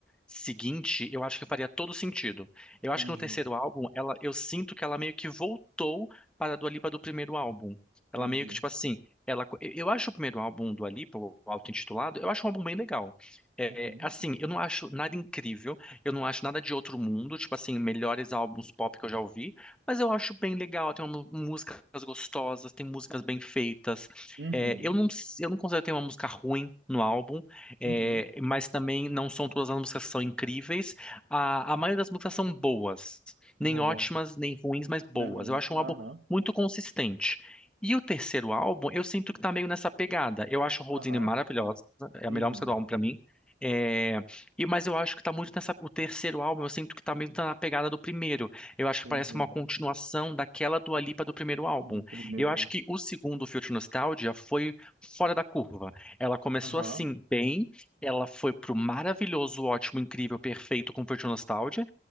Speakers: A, in the centre; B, on the right.
A: seguinte, eu acho que faria todo sentido. Eu
B: entendi,
A: acho que no terceiro álbum, ela, eu sinto que ela meio que voltou para a Dua Lipa do primeiro álbum. Ela
B: entendi.
A: meio que, tipo assim, ela, co- eu eu acho o primeiro álbum do Dua Lipa, o auto-intitulado, eu acho um álbum bem legal. É,
B: Uhum,
A: assim, eu não acho nada incrível. Eu não acho nada de outro mundo, tipo assim, melhores álbuns pop que eu já ouvi, mas eu acho bem legal, tem uma, músicas gostosas, tem músicas bem feitas.
B: uhum,
A: É, eu não, s- eu não considero ter uma música ruim no álbum, é,
B: uhum.
A: mas também não são todas as músicas que são incríveis. A, a maioria das músicas são boas,
B: Boa,
A: nem ótimas, nem ruins, mas boas.
B: né, Ruiz?
A: Eu acho um
B: Aham,
A: álbum muito consistente. E o terceiro álbum, eu sinto que tá meio nessa pegada. Eu acho Houdini
B: aham,
A: maravilhosa, é
B: uhum,
A: a melhor música do álbum pra mim. É, e, mas eu acho que tá muito nessa. O terceiro álbum, eu sinto que tá meio tá na pegada do primeiro. Eu acho que
B: entendi.
A: parece uma continuação daquela Dua Lipa do primeiro álbum.
B: Do primeiro.
A: Eu acho que o segundo, Future Nostalgia, foi fora da curva. Ela começou
B: Aham,
A: assim, bem, ela foi pro maravilhoso, ótimo, incrível, perfeito com Future Nostalgia,